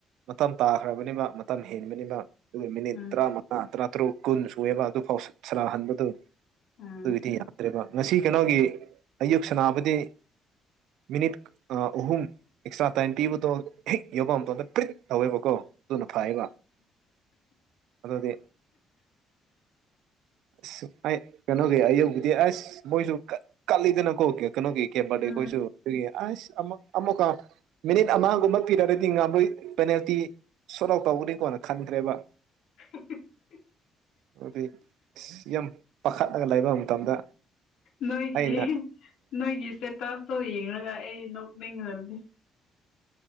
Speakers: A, on the right (about 85°); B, on the left (about 80°).
A: ꯃꯇꯝ ꯇꯥꯈ꯭ꯔꯕꯅꯤꯕ ꯃꯇꯝ ꯍꯦꯟꯕꯅꯤꯕ ꯑꯗꯨꯒ ꯃꯤꯅꯤꯠ
B: ꯎꯝ
A: ꯇꯔꯥꯃꯉꯥ ꯇꯔꯥꯇꯔꯨꯛ ꯀꯨꯟ ꯁꯨꯑꯦꯕ ꯑꯗꯨꯐꯥꯎ ꯁꯥꯅꯍꯟꯕꯗꯨ
B: ꯎꯝ
A: ꯑꯗꯨꯏꯗꯤ ꯌꯥꯗ꯭ꯔꯦꯕ ꯉꯁꯤ ꯀꯩꯅꯣꯒꯤ ꯑꯌꯨꯛ ꯁꯅꯥꯕꯗꯤ ꯃꯤꯅꯤꯠ ꯑꯍꯨꯝ ꯑꯦꯛꯁꯇ꯭ꯔꯥ ꯇꯥꯏꯝ ꯄꯤꯕꯗ‌ꯣ ꯊꯤꯛ ꯌꯥꯎꯕꯗ ꯄꯔꯤꯛ ꯇꯧꯋꯦꯕꯀꯣ ꯑꯗꯨꯅ ꯐꯌꯦꯕ ꯑꯗꯨꯗꯤ ꯑꯁ ꯑꯩ ꯀꯩꯅꯣꯒꯤ ꯑꯌꯨꯛꯗꯤ ꯑꯁ ꯃꯣꯏꯁꯨ ꯀꯠꯂꯤꯗꯅꯀꯣ ꯀꯅ‌ꯣꯒꯤ ꯀ‌ꯦꯕ ꯕꯔꯗ‌ꯦ
B: ꯎꯝ
A: ꯈ‌ꯣꯏꯁꯨ ꯑꯗꯨꯒꯤ ꯑꯁ ꯑꯃ ꯑꯃꯒ ꯃꯤꯅꯤꯠ ꯑꯃꯒꯨꯝꯕ ꯄꯤꯔꯒꯗꯤ ꯉꯥꯃꯣꯏ ꯄꯦꯅꯥꯜꯇꯤ ꯁꯣꯔꯠ ꯑꯥꯎꯠ ꯇꯧꯒꯅꯤꯀꯣꯅ ꯈꯟꯈ꯭ꯔꯦꯕ
B: <inaudible>
A: ꯑꯗꯨꯗꯤ ꯑ ꯌꯥꯝ ꯄꯥꯈꯠꯂꯒ ꯂꯩꯕ ꯃꯇꯝꯗ
B: ꯅꯣꯏꯒꯤ
A: ꯑꯩꯅ
B: ꯅꯣꯏꯒꯤ ꯏꯁꯇꯦꯇꯥꯁꯇꯣ ꯌꯦꯡꯉꯒ ꯑꯩ ꯅꯣꯛꯅꯤꯡꯈ꯭ꯔꯗꯦ